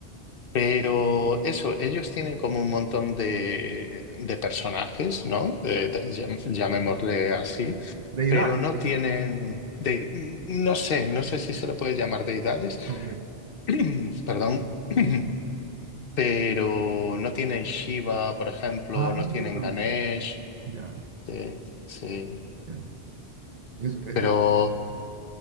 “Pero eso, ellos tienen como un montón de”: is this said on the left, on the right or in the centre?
Left